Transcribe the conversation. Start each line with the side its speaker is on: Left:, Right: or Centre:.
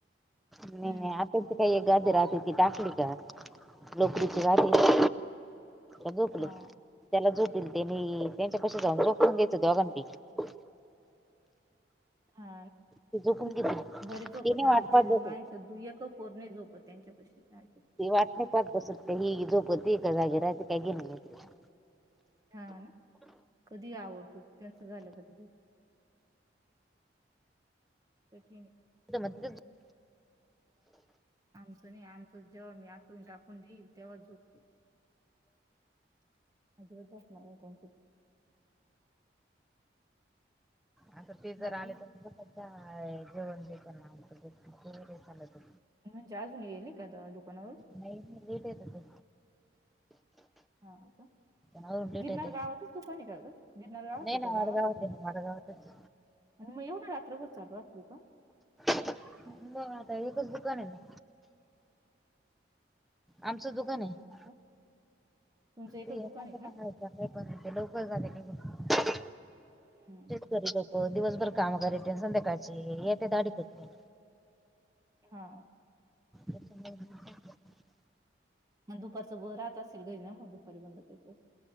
Centre: नाही
Right: हम्म
Centre: नाही आपण तर आता? <unintelligible> काही एक गादी राहते ती टाकली का? लोकरीची गादी आहे. झोपले
Right: हा
Centre: त्याला झोपल त्यांनी त्यांच्या पा पायाशी जाऊन झोपून द्यायचं दोघांपैकी
Right: हा
Centre: ती झोपून घेतील
Right: बर झोपत
Centre: तिने
Right: हा
Centre: वाट
Right: आमचे
Centre: पाहत बसेल
Right: माय? तर एक ही पोर नाही झोपत त्यांच्या पाशी काय
Centre: ते वाट नाही पाहत बसत ही झोपती की जागी राहाती काई घेणं नाही तिला
Right: हा ना कधीही आवर तू त्यांचं झालं की ते झोप कठीन आहे
Centre: <unintelligible>
Right: आमचं नाही आमचं जेव्हा मी अंथरूण टाकून देईल तेव्हा झोपतील. अजिबात झोपणार नाही त्यांचे ते
Centre: आता ते
Right: बाकी
Centre: जर आले तर मग काय जेवण दे त्यांना मग कवरही चालतं
Right: म्हणजे अजून येईल नाही का दुकानावरून?
Centre: नाही नाही लेट येता ते.
Right: हा का?
Centre: आवरून लेट
Right: गिरनार
Centre: येते
Right: गावातच दुकान आहे का ग? गिरनार गावात
Centre: नाही
Right: आहे
Centre: ना
Right: का
Centre: वाडगावात
Right: गावात आहे तुमच्या?
Centre: ना वाडगावातच
Right: आणि मग एवढा रात्रभर चालू राहत दुकान?
Centre: मग आता एकच दुकान आहे ना. आमचं दुकान आहे
Right: हा का तुमचं एकच
Centre: ते <unintelligible>
Right: दुकान आहे का
Centre: आहे पण ते लवकर झाले
Right: हम्म.
Centre: <inaudible> री लोक दिवसभर काम करी संध्याकाळचे येत्या <unintelligible>
Right: हा
Centre: <inaudible>
Right: आणि दुपारचं ब राहत असेल घरी ना मग दुपारी बंद करीत असेल